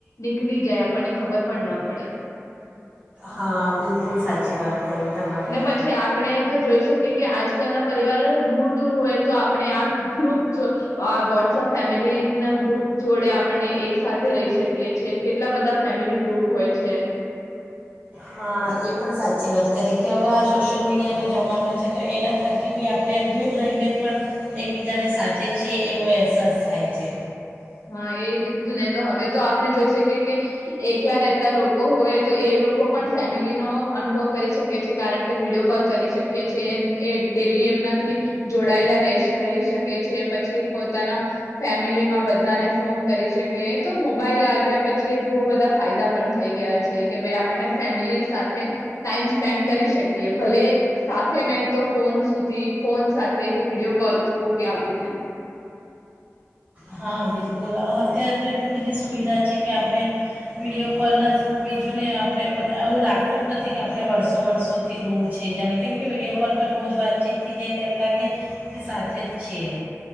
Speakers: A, on the left; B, on the right.
A: નીકળી જાય આપણને ખબર પણ ન પડે. પડે.
B: હા બિલકુલ સાચી વાત. કરી તમારે
A: ને પછી આપણે તો જોઈ શકીએ કે આજકાલના. પરિવાર દૂર દૂર હોય તો આપ આપણે આ ગ્રુપ વોટ્સપ ફેમિલીના ગ્રુપ જોડે આપણે એક સાથે રહી શકીએી કેટલા બધા ફેમિલી ગ્રુપ હોય છે.
B: હા એ પણ સાચી વાત કરી કે હવે આ સોશિયલ મીડિયાનો જમાનો છે તો એના થકી બી આપણે દૂર રહીને પણ એકબીજાને સાથે છીએ એવો અહેસાસ થાય છે.
A: હા એ જ ને હવે તો આપણે જોઈ શકીએ કે એકલા રહેતા લોકો હોય તો એ લોકો પણ ફેમિલીનો અનુભવ કરી શકે છે કારણ કે વિડીિયો કોલ કરી શકીએ છીએ. એ ડેલી એમનાથી જોડાયેલા રહી શકે છે પછી પોતાના ફેમિલીમાં. બધાને ફોન કરી શકે તો મોબાઈલ આવ્યા પછી બહુ બધા ફાયદા પણ થઈ ગયા છે કે ભાઈ આપને ફેમિલી સાથે ટાઈમ સ્પેન્ડ કરી શકીએ. ભલે સાથે નહી તો ફોન સુધી ફોન સાથે કે વિડીયો કોલ થ્રુવ કે આવી રીતે.
B: હા બિલકુલ અત્યારે તો એટલી બધી સુવિધા છે કે આપણે વિડિયો કોલના થ્રુવ બીજુંને આપણે આવું લાગતું જ નથી કે આપણે વર્ષો વર્ષોથી દૂર છે જાણે કેમ કે વિડીિયો કોલ પર રોજ વાતચીત થઈ જાય તેમ લાગે કે સાથે જ છીએ.